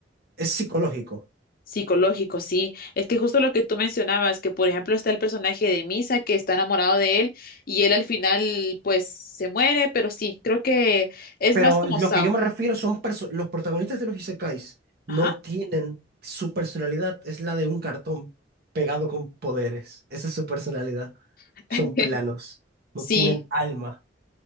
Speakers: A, on the right; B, on the left.
A: es psicológico.
B: Psicológico, sí. Es que justo lo que tú mencionabas, que por ejemplo está el personaje de Misa que está enamorado de él y él al final pues se muere, pero sí, creo que es
A: Pero
B: más como
A: lo
B: Sao.
A: que yo me refiero son perso- los protagonistas de los isekais no
B: Ajá.
A: tienen su personalidad, es la de un cartón pegado con poderes. Esa es su personalidad.
B: <laughs>
A: Son planos, no
B: Sí.
A: tienen alma.